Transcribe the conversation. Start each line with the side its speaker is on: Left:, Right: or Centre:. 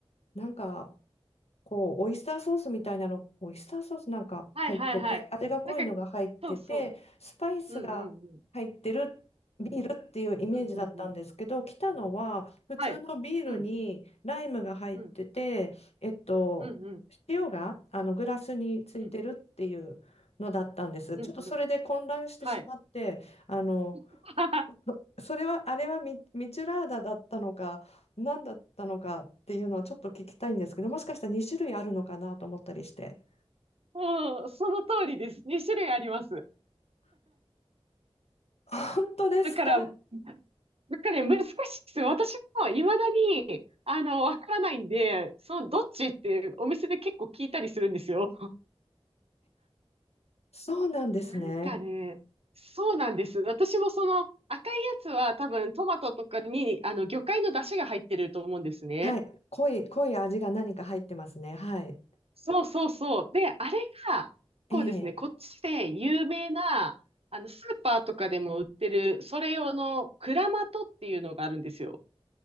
Left: なんかこうオイスターソースみたいなの、オイスターソースなんか入ってて、
Right: はいはいはい。
Left: 味が濃いのが入ってて、
Right: なんか、そうそ
Left: スパイスが入ってるビールっていうイメージだったんですけど、
Right: う。うんうんうん。うんうんうん。
Left: 来たのは普通のビールにライムが入ってて、
Right: はい。うん。うん。
Left: えっと、
Right: うんうん。
Left: 塩があのグラスについてるっていうのだったんです。
Right: うん。うんうん。
Left: ちょっとそれで混乱してしまって、
Right: はい。
Left: あの、
Right: <laughs>
Left: <laughs> それは、あれはミ、ミチュラーダだったのか、何だったのかっていうのをちょっと聞きたいんですけど、もしかしたら2種類あるのかなと思ったりして。
Right: もう、その通りです。2種類あります。
Left: 本当ですか
Right: だから、なんかね、難しいです。私も未だに、あの、わからないんで、その、どっちってお店で結構聞いたりするんですよ。
Left: そうなんですね。
Right: なんかね、そうなんです。私もその赤いやつは多分トマトとかにあの魚介の出汁が入ってると思うんですね。
Left: はい。濃い、濃い味が何か入ってますね。はい。
Right: そうそうそう。で、あれが、こうですね、
Left: ええ。
Right: こっちで有名な、あの、スーパーとかでも売ってる、それ用のクラマトっていうのがあるんですよ。